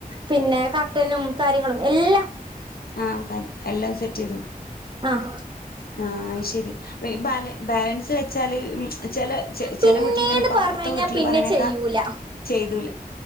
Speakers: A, on the right; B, on the left.
A: പിന്നെ കർട്ടനും കാര്യങ്ങളും എല്ലാം
B: ആഹ എല്ലാം സെറ്റ് ചെയ്തു
A: ആഹ
B: ആഹ ശെരി ബാല ബാലൻസ് വെച്ചാല് ചെല ചെല
A: പിന്നേന്ന്
B: വീട്ടിൽ ഇങ്ങനെ ഇപ്പ
A: പറഞ്ഞഴിഞ്ഞാൽ
B: അപ്പുറത്തെ വീട്ടില്
A: പിന്നെ
B: പറയണേക്കാ
A: ചെയ്യൂല
B: ചെയ്തൂല